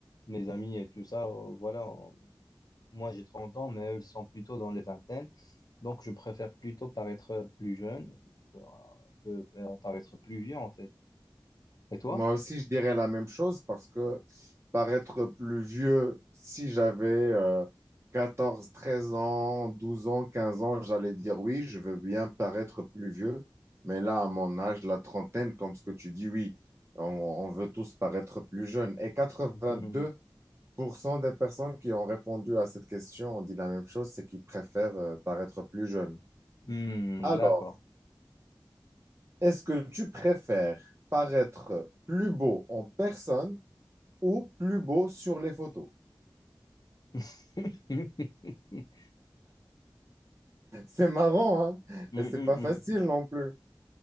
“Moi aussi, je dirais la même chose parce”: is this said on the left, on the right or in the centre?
Right